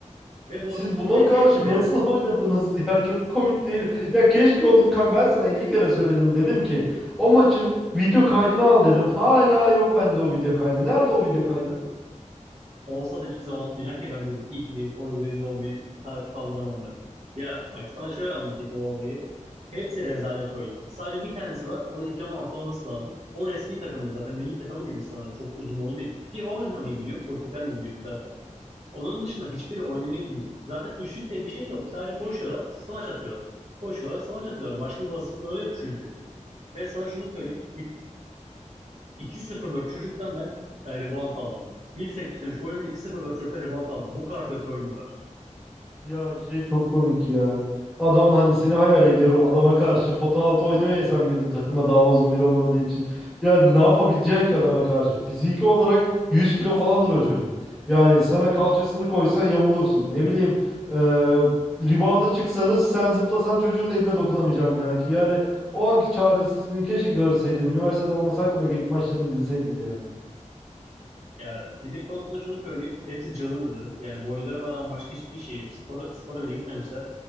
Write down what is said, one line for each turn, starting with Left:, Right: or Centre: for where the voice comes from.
Right: Ve
Centre: Siz
Right: bu
Centre: buna
Right: ve
Centre: karşı
Right: hepsi
Centre: nasıl <laughs> oynadınız ya? Çok komik değil. Ya keşke onun kam ben sana 50 kere söyledim dedim ki o maçın video kaydını al dedim. Hala yok bende o video kaydı. Nerede o video kaydı?
Right: Olsa da hiçbir zaman atmayacak ki ben dedim. İyi ki dedim o rezil olmayı ka- kaldıramam ben. Ya bak sana şöyle anlatayım o olayı. Hepsi rezalet oynuyor. Sadece bir tanesi var. O da 2016 olması lazım. O resmi takımda zaten milli takıma girmiş sanırım çok uzun olduğu için. Bir o oynamayı biliyor. Kursa falan da gidiyoruz zaten. Onun dışında hiçbiri oynamayı bilmiyor. Zaten üçlük diye bir şey yok. Sadece koşuyorlar, smaç atıyorlar. Koşuyorlar, smaç atıyorlar. Başka bir vasıfları yok çünkü. Ve sana şunu söyleyeyim iki sıfır dört çocuktan ben e, rebound aldım. 1.83 boyunda iki sıfır dört çocuktan rebound aldım. Bu kadar kötü oynuyorlar.
Centre: Ya şey çok komik ya. Adam hani seni hayal ediyorum adama karşı pota altı oynuyor ya sen bir de takıma daha uzun biri olmadığı için. Yani ne yapabileceksin ki adama karşı? Fiziki olarak 100 kilo falandır o çocuk. Yani sana kalçasını koysa yamulursun. Ne bileyim e, rebound'a çıksanız sen zıplasan çocuğun eline dokunamayacaksın belki. Yani o anki çaresizliğini keşke görseydim. Üniversitede olmasaydım da gelip maçlarını izleseydim ya.
Right: Ya fizik konusunda şunu söyleyeyim. Hepsi cılızdı. Yani boyları var ama başka hiçbir şey yok. Spora, spora bile gitmemişler.